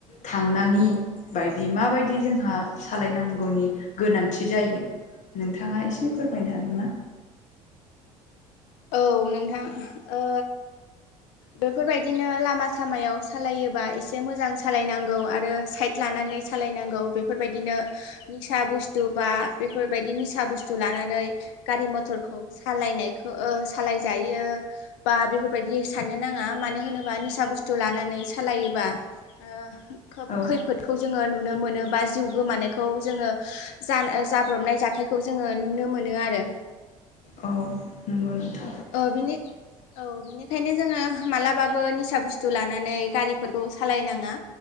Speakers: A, on the left; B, on the left.
A: थांनांङि बायदि माबायदि जोंहा सालायनांगौनि गोनांथि जायो नोंथां नोंथांङा एसे फोरमायनो हागोन ना?
B: औ नोंथां ओ बेफोरबायदिनो लामा सामायाव सालायोबा एसे मोजां सालायनांगौ आरो साइद लानानै सालायनांगौ बेफोरबायदिनो निसा बुस्थु बा बेफोरबायदि निसा बुस्थु लानानै गारि मथरखौ सालायनायखौ ओ सालायजायो बा बेफोरबायदि साननो नांङा मानो होनोब्ला निसा बुस्थु लानानै सालायोबा ओ खोब
A: हागोन
B: खैफोदखौ जोंङो नुनो मोनो बा जिउ गोमानायखौ जोंङो जानो जाब्रबनाय जाथायखौ जोंङो नुनो मोनो आरो
A: औ नंगौ नोंथां
B: ओ बिनि औ बिनिखायनो जोंङो मालाबाबो निसा बुस्थु लानानै गारिफोरखौ सालायनांङा।